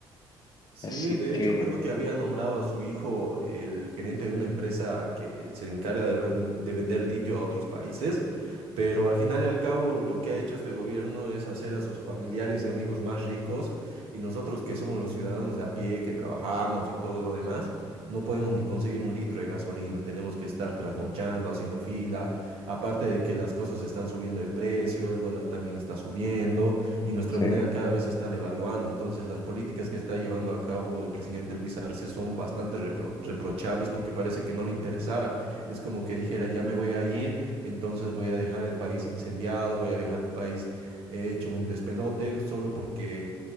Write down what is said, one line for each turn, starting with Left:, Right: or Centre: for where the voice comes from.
Right: Sí,
Left: Así
Right: de
Left: que,
Right: hecho creo que había nombrado a su hijo el gerente de una empresa que se encarga de, ver- de vender litio a otros países, pero al final y al cabo lo que ha hecho este gobierno es hacer a sus familiares y amigos más ricos y nosotros que somos los ciudadanos de a pie, que trabajamos y todo lo demás, no podemos ni conseguir un litro de gasolina, tenemos que estar trasnochando, haciendo fila, aparte de que las cosas están subiendo de precio, el dólar también está subiendo y nuestra
Left: sí,
Right: moneda cada vez se está devaluando. Entonces, las políticas que está llevando a cabo el presidente Luis Arce son bastante repro- reprochables porque parece que no le interesara. Es como que dijera, ya me voy a ir, entonces voy a dejar el país incendiado, voy a dejar el país eh, hecho un despelote solo porque